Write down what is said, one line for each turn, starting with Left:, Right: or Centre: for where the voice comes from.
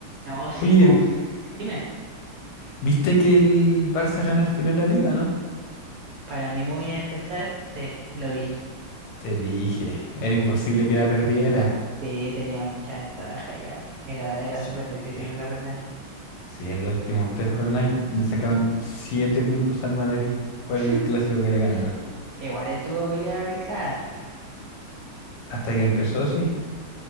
Right: No, sí,
Left: Oye,
Right: pues. Dime,
Left: ¿viste que el Barça ganó al final la liga, no?
Right: para mí muy movida empezar, sí, lo vi.
Left: Te dije, era imposible que la perdiera.
Right: Sí, tenía mucha ventaja ya, po. Era, era
Left: Sí,
Right: súper difícil
Left: eh,
Right: la perder.
Left: sí, en los últimos tres jornadas le sacaban siete puntos al Madrid por
Right: <laughs>
Left: el clásico que le ganaron.
Right: Igual estuvo peleado el clásico.
Left: Hasta que empezó, sí.